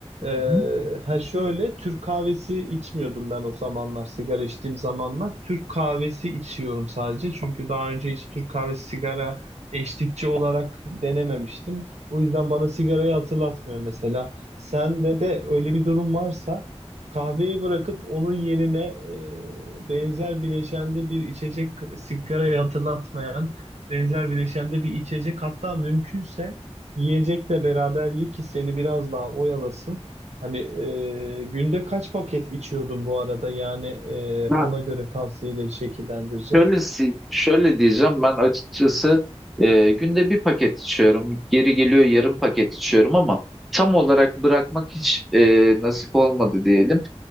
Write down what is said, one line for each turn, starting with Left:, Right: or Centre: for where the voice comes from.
Right: Ee,
Centre: Hı.
Right: ha şöyle Türk kahvesi içmiyordum ben o zamanlar sigara içtiğim zamanlar. Türk kahvesi içiyorum sadece. Çünkü daha önce hiç Türk kahvesi sigara eşlikçi olarak denememiştim. O yüzden bana sigarayı hatırlatmıyor mesela. Sende de öyle bir durum varsa kahveyi bırakıp onun yerine e, benzer bileşende bir içecek, sigarayı hatırlatmayan benzer bileşende bir içecek hatta mümkünse yiyecekle beraber ye ki seni biraz daha oyalasın. Hani e, günde kaç paket içiyordun bu arada? Yani e,
Centre: Ben
Right: ona göre tavsiyeleri şekillendireceğim.
Centre: şöyle, si- şöyle diyeceğim ben açıkçası e, günde bir paket içiyorum. Geri geliyor yarım paket içiyorum ama tam olarak bırakmak hiç e, nasip olmadı diyelim.